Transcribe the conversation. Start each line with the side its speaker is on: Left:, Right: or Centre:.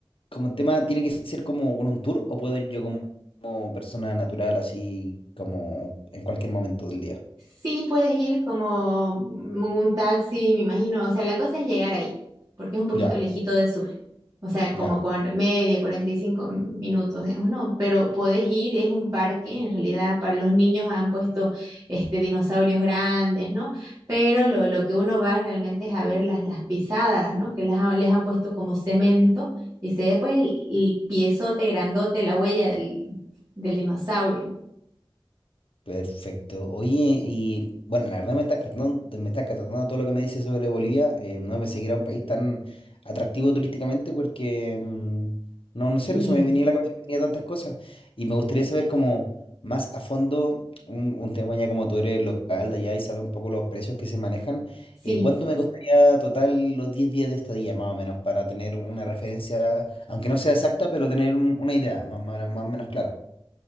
Left: como el tema, ¿tiene que ser como con un tour o puedo ir yo como, como persona natural, así como en cualquier momento del día?
Right: Sí puedes ir como en un taxi, me imagino. O sea, la cosa es llegar ahí, porque es un poquito
Left: Ya,
Right: lejito de Sucre. O sea, como
Left: ya,
Right: cuar- media, 45 minutos, digamos, ¿no? Pero podés ir, es un parque, en realidad para los niños han puesto este, dinosaurios grandes, ¿no? Pero lo, lo que uno va realmente es a ver las, las pisadas, ¿no? Que las, han- les han puesto como cemento y se ve pues el, el piezote grandote, la huella del, del dinosaurio.
Left: Perfecto. Oye, y bueno, la verdad me está encantando, me está encantando todo lo que me dice sobre Bolivia. Eh, no pensé que era un país tan atractivo turísticamente porque mm, no, no sé,
Right: Bien,
Left: no se me venía a la cabeza que tenía tantas cosas. Y me gustaría saber como más a fondo un, un tema ya como tú eres local de allá y sabes un poco los precios que se manejan.
Right: sí.
Left: eh, ¿cuánto me costaría total los 10 días de estadía más o menos para tener una referencia, aunque no sea exacta, pero tener un- una idea más, más, más o menos clara?